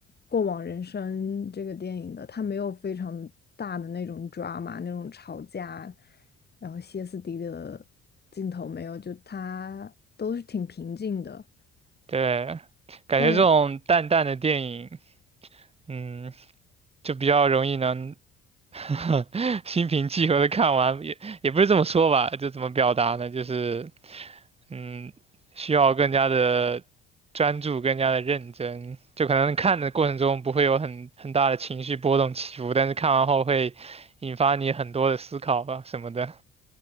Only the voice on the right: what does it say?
对，感觉这种淡淡的电影，
嗯，就比较容易能 <laughs> 心平气和的看完，也也不是这么说吧，就怎么表达呢？就是，嗯，需要更加的专注，更加的认真，就可能看的过程中不会有很很大的情绪波动起伏，但是看完后会引发你很多的思考吧，什么的。